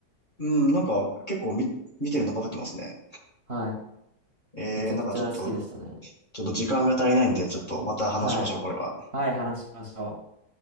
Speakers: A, on the left (about 25°); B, on the right (about 35°).
A: うん、なんか結構み、見てるの被ってますね。
B: はい。
A: えー、
B: めちゃくちゃ好きでしたね。
A: なんかちょっと、ちょっと時間が足りないんで、ちょっとまた話しましょう、
B: はい。
A: これは。
B: はい、話しましょう。